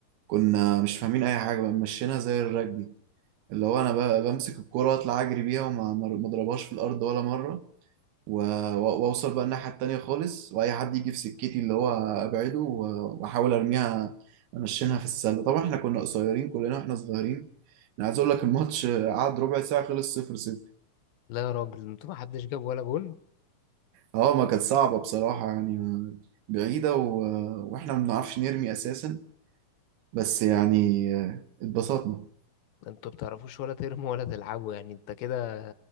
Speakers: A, on the right; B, on the left.
A: كنا مش فاهمين اي حاجة بقى مشينا زي الرجبي اللي هو انا بقى بمسك الكرة اطلع اجري بيها وما ما اضربهاش في الارض ولا مرة و- و- واوصل بقى الناحية التانية خالص واي حد يجي في سكتي اللي هو ابعده و- واحاول ارميها انشنها في السلة طبعا احنا كنا قصيرين كلنا واحنا صغيرين انا عايز اقول لك الماتش قعد ربع ساعة خلص صفر صفر
B: لا يا راجل انتوا ما حدش جاب ولا جون
A: اه ما كانت صعبة بصراحة يعني ما- بعيدة و... واحنا ما بنعرفش نرمي اساسا بس يعني آه، اتبسطنا
B: انتوا بتعرفوش ولا ترموا ولا تلعبوا يعني انت كده